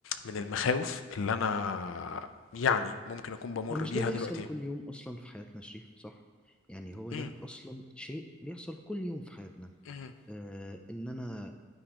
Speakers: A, on the left; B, in the centre.
A: من المخاوف اللي أنا يعني ممكن أكون بمر
B: هو مش
A: بيها
B: ده بيحصل
A: دلوقتي
B: كل يوم اصلا في حياتنا يا شريف صح يعني هو
A: مم.
B: ده اصلا شيء بيحصل كل يوم في حياتنا
A: مم.
B: آه ان انا